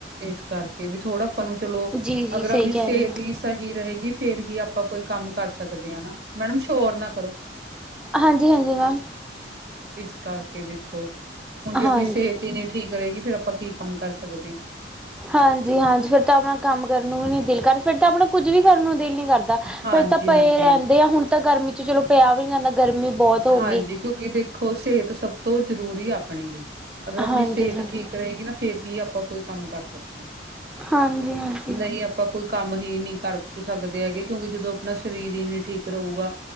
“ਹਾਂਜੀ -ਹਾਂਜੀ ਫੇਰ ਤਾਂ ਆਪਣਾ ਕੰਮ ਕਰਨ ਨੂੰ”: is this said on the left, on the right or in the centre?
Centre